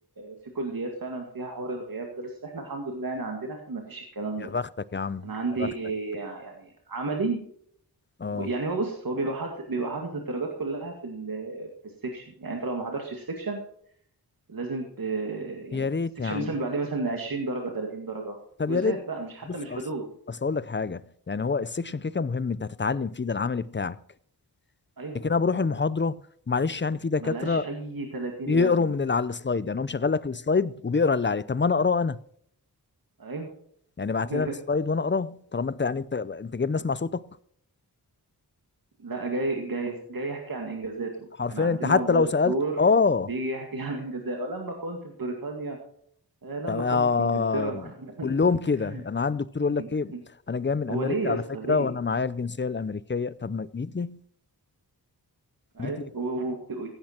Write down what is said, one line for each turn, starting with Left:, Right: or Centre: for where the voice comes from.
Right: في كليات فعلا فيها حوار الغياب ده بس احنا الحمد لله يعني عندنا احنا ما فيش الكلام
Left: يا
Right: ده
Left: بختك يا عم
Right: انا عندي
Left: يا بختك
Right: يعني عملي
Left: اه
Right: يعني هو بص هو بيبقى حاطط بيبقى حاطط الدرجات كلها في ال في السكشن يعني انت لو ما حضرتش السكشن لازم ت... يعني
Left: يا ريت
Right: السكشن
Left: يا عم
Right: مثلا بيبقى عليه مثلا 20 درجة 30 درجة
Left: طب
Right: كوزات
Left: يا ريت
Right: بقى مش حتى
Left: بص
Right: مش
Left: اصل
Right: حضور
Left: اصل اقول لك حاجه يعني هو السكشن كده كده مهم انت هتتعلم فيه ده العملي بتاعك
Right: ايوه
Left: لكن انا بروح المحاضره معلش يعني في دكاتره
Right: ملهاش اي 30
Left: يقروا
Right: لازمة
Left: من اللي على السلايد يعني هو مشغل لك السلايد وبيقرا اللي عليه طب ما انا اقراه انا
Right: ايوه
Left: يعني بعت
Right: <laughs>
Left: لنا السلايد وانا اقراه طالما انت يعني انت انت جايب ناس مع صوتك
Right: لا جاي جاي جاي يحكي عن انجازاته
Left: حرفيا
Right: كان عندنا
Left: انت حتى
Right: والله
Left: لو
Right: دكتور
Left: سالت اه
Right: بيجي يحكي عن انجازاته لما كنت في بريطانيا آه، لما
Left: طب آه
Right: كنت في انجلترا <laughs>
Left: كلهم كده انا عندي دكتور يقول لك ايه انا جاي من
Right: هو
Left: امريكا
Right: ليه يا
Left: على
Right: اسطى
Left: فكره
Right: ليه
Left: وانا معايا الجنسيه الامريكيه طب ما جيت ليه
Right: ايوه
Left: جيت ليه
Right: و- وبت-